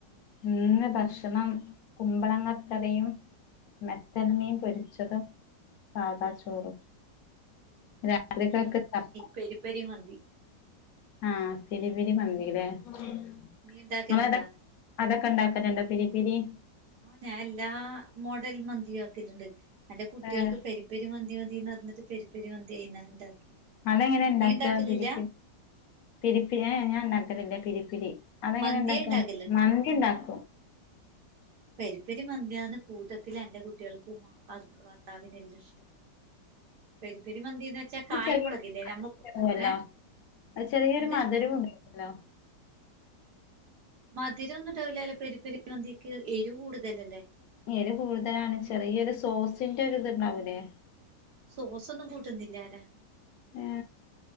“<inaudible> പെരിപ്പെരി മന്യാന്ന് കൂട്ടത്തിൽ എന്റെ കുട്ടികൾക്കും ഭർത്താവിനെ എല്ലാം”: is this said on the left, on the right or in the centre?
Right